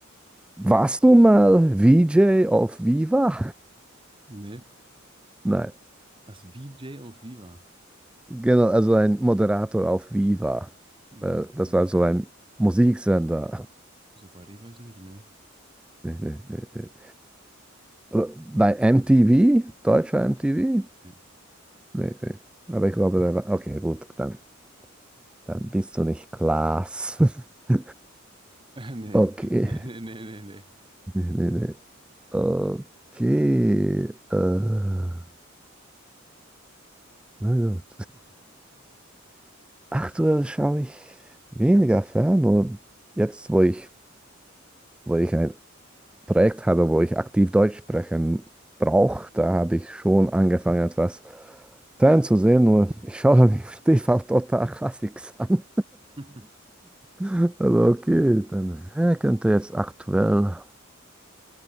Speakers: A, in the centre; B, on the right.
A: warst du mal VJ auf Viva?
B: Nee.
A: Nein,
B: Was, VJ auf Viva?
A: genau, also ein Moderator auf Viva.
B: Hm,
A: Äh, Das
B: hm.
A: war so ein Musiksender.
B: Soweit ich weiß nicht, nee.
A: Nee, nee, nee, nee. Aber Bei MTV, deutscher MTV?
B: Nee,
A: Nee, nee. Aber ich glaube, der war. Okay, gut, dann, dann bist du nicht Klaas. <laughs>
B: <laughs> nee,
A: Okay.
B: nee, nee, nee, nee, nee.
A: Nee, nee, nee. Okay. Äh, mein Gott. Aktuell <laughs> schaue ich weniger fern. Und jetzt, wo ich, wo ich ein Projekt habe, wo ich aktiv Deutsch sprechen brauche, da habe ich schon angefangen, etwas fernzusehen. Nur ich schaue <laughs> mich stief auf Total Classics an.
B: Nee,
A: <laughs> Aber okay, dann wer könnte jetzt aktuell.